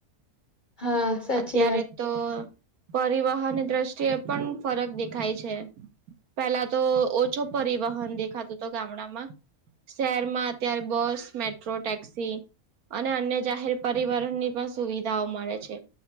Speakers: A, on the left; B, on the right.
A: હા. સાચી
B: અત્યારે
A: વાત.
B: તો પરિવહનની દ્રષ્ટિએ પણ ફરક દેખાય છે. પેલા તો ઓછું પરિવહન દેખાતું તો ગામડામાં. શહેરમાં અત્યારે બસ, મેટ્રો, ટેક્સી અને અન્ય જાહેર પરિવહન ની પણ સુવિધાઓ મળે છે.